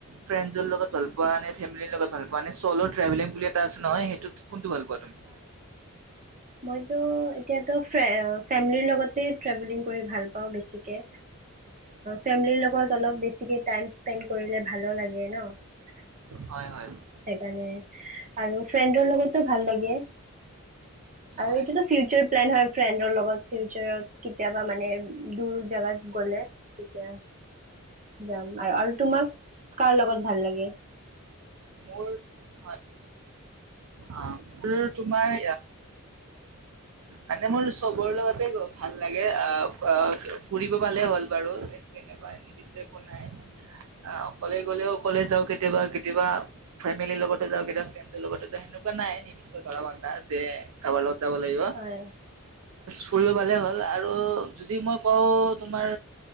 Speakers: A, on the right (about 70°); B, on the right (about 35°).
A: ফ্ৰেণ্ডৰ লগত ভাল পোৱা নে ফেমিলিৰ লগত ভাল পোৱা নে চল ভেলিং বুলি এটা আছে নহয় সেইটো কোনটো ভাল পোৱা তুমি
B: মইত এতিয়া ফেমিলিৰ লগতে ট্ৰেভেলিং কৰি ভাল পা বেছিকে ফেমিলিৰ লগত অলপেছিক টাইম স্পেড কৰিলে ভালো লাগে ন সেইকাৰণে
A: হয় হয়
B: আৰু ফ্ৰেণ্ডৰ লগতো ভাল ভাল লাগে, আৰু
A: হয়
B: এইটোতো ফিউচাৰ, প্লেন হয় ফ্ৰেণ্ডৰ লগত ফিউচাৰত কেতিয়াবা মানে দূৰ জেগাত, গ'লে তেতিয়া, যাম আৰু আৰু তোমাক কাৰ লগত ভাল লাগে।
A: উোৰ হয় অ মোৰ তোমাৰ মানে মোৰ চবৰ লগতে ভাল লাগে আহ ফুৰিব পালে হ'ল বাৰু সটো এনেকুৱা নিৰ্দিষ্ট একো নাই আহ অকলে গলেও অকলে যাও কেতিয়াবা, কেতিয়াবা ফেমিলিৰ লগতে যাওঁ কেতিয়াবা ফ্ৰেডৰ লগতে যাওঁ সেনেকুৱা নাই নিৰ্দিয় ধৰা বন্ধা যে কাৰোবাৰত, ত যাব লাগিব।
B: হয়
A: ফুৰিবালে হ'ল আৰু যদি মই কওঁ তোমাৰ